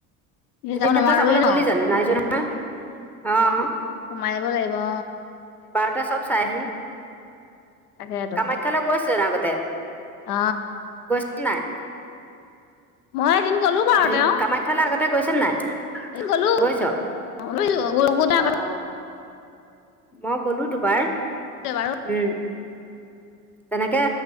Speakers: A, in the centre; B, on the left.
A: জুবিন
B: যাব
A: ক্ষেত্ৰ
B: নোৱাৰোৱেই
A: চাবলৈ
B: ন
A: গ'লি জানো নাই জোৱা নহয় অ।
B: সোমাই যাব লাগিব অ
A: তাতে চব চাই আহিম
B: তাকেতো
A: কামাখ্যালৈ গৈছে জানো আগতে
B: অ
A: গৈছে নাই
B: মই এদিন গ'লো বাৰু
A: হেৰি
B: তেওঁ
A: কামাখ্যালে আগতে গৈছে নাই
B: এদিন গ'লো
A: গৈছ
B: <unintelligible>
A: অ অ মই গলো দুবাৰ
B: বাৰু
A: উম তেনেকে